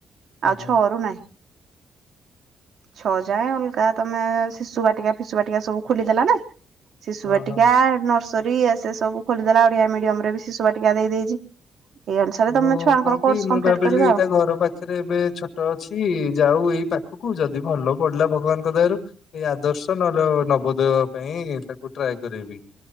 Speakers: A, on the left (about 70°); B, on the right (about 65°).
A: ଆଜ୍ଞା
B: ଆଉ ଛଅରୁ ନାହିଁ।
A: <unintelligible>
B: ଛଅ ଯାଏଁ ଅଲଗା ତମେ ଶିଶୁ ବାଟିକା ଫିଶୁ ବାଟିକା ସବୁ ଖୋଲିଦେଲା ନା। ଶିଶୁ
A: ହଁ
B: ବାଟିକା
A: ହଁ।
B: ନର୍ସରୀ ଏ ସେ ସବୁ ଖୋଲିଦେଲା ଓଡିଆ ମିଡିୟମ ରେ ବି ଶିଶୁ ବାଟିକା ଦେଇ ଦେଇଛି। ଏଇ ଅନୁସାରେ ତମେ
A: ମୁଁ
B: ଛୁଆଙ୍କର
A: କଣ
B: କୋର୍ସ
A: କି, ମୁଁ
B: କମ୍ପ୍ଲିଟ
A: ଭାବିଲି
B: କରିବା
A: ଏଇଟା ଘର ପାଖରେ ଏବେ ଛୋଟ ଅଛି ଯାଉ ଏଇ ପାଖ ପାଖକୁୁ ଯଦି ଭଲ ପଢିଲା ଭଗବାନଙ୍କ ଦୟାରୁ ଏଇ ଆଦର୍ଶ ନହେଲେ ନବୋଦୟ ପାଇଁ ତାକୁ ଟ୍ରାଏ ଟ୍ରାଏ କରିବି।